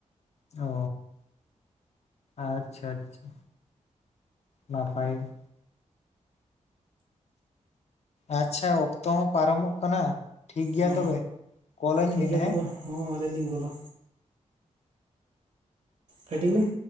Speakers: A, on the left; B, on the right.
A: ᱚᱻ, ᱟᱪᱪᱷᱟ ᱟᱪᱪᱷᱟ, ᱱᱟᱯᱟᱭ ᱜᱮ᱾ ᱟᱪᱪᱷᱟ, ᱚᱠᱛᱚ ᱦᱚᱸ ᱯᱟᱨᱚᱢᱚᱜ ᱠᱟᱱᱟ ᱴᱷᱤᱠ ᱜᱮᱭᱟ
B: ᱦᱩᱸ
A: ᱛᱚᱵᱮ, ᱠᱚᱞᱟᱹᱧ
B: ᱴᱷᱤᱠ
A: ᱵᱤᱱ
B: ᱜᱮᱭᱟ
A: ᱦᱮᱸ᱾
B: ᱛᱚᱵᱮ ᱦᱚᱸ ᱟᱹᱞᱤᱧ ᱞᱤᱧ ᱠᱚᱞᱟ᱾ ᱠᱟᱴᱤ ᱵᱤᱱ᱾